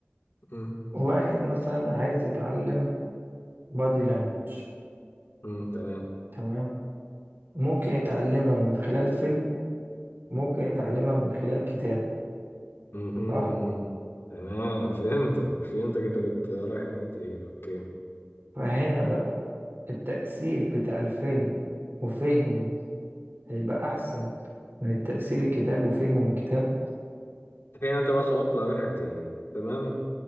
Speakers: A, on the left; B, on the right.
A: امم
B: واحد مثلا عايز يتعلم بادي لانجوج
A: امم تمام
B: تمام ممكن يتعلمها من خلال فيلم ممكن يتعلمها من خلال كتاب
A: امم
B: صح
A: تمام فهمتك فهمتك انت بت رايح ناحيه ايه اوكي
B: فهنا بقى التأثير بتاع الفيلم وفهمه هيبقى أحسن من تأثير الكتاب وفهمه الكتاب
A: هنا انت بقى خلطت ما بين حاجتين تمام